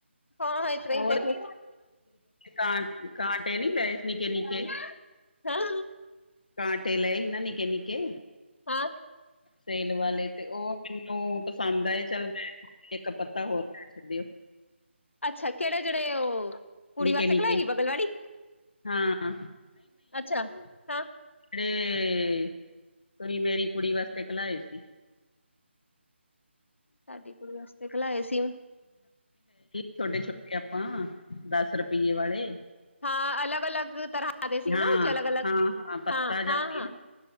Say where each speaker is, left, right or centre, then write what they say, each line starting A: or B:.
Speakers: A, on the left; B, on the left.
A: ਹਾਂ ਇਤਰਾ
B: ਹੋਰ
A: ਹੀ
B: ਕਾਂਟ ਕਾਂਟੇ ਨੀ ਲਏ? ਨਿੱਕੇ-ਨਿੱਕੇ
A: <inaudible>
B: ਕਾਂਟੇ ਲਏ ਹਿ ਨਾਂ ਨਿਕੇ-ਨਿਕੇ
A: ਹਾਂ
B: ਸੇਲ ਵਾਲੇ ਤੇ ਉਹ ਮੈਨੂੰ ਪਸੰਦ ਆਏ ਚੱਲ ਮੈਂ ਇੱਕ ਪੱਤਾ ਹੋਰ ਲੈ ਛਡੇਓ।
A: ਅੱਛਾ ਕਿਹੜੇ ਜਿਹੜੇ ਉਹ ਕੁੜੀ
B: ਨਿੱਕੇ-ਨਿੱਕੇ
A: ਵਾਸਤੇ ਕਲਾਏਗੀ ਬਗਲਵਾੜੀ?
B: ਹਾਂ
A: ਅੱਛਾ ਹਾਂ
B: <unintelligible> ਤੂਰੀ ਮੇਰੀ ਕੁੜੀ ਵਾਸਤੇ ਕਲਾਏ ਸੀ।
A: ਸਾਡੀ ਕੁੜੀ ਵਾਸਤੇ ਕਲਾਏ ਸੀ।
B: ਛੋਟੇ-ਛੋਟੇ ਆਪਾਂ ਦਸ ਰੁਪਈਏ ਵਾਲੇ।
A: ਹਾਂ ਅਲੱਗ-ਅਲੱਗ ਤਰ੍ਹਾਂ ਦੇ ਸੀ
B: ਹਾਂ
A: ਨਾ ਉ ਛ ਅਲੱਗ-ਅਲੱਗ,
B: ਹਾਂ ਹਾਂ ਪੱਤਾ
A: ਹਾਂ-ਹਾਂ-ਹਾਂ।
B: ਜਾ ਸੀ ਨਾ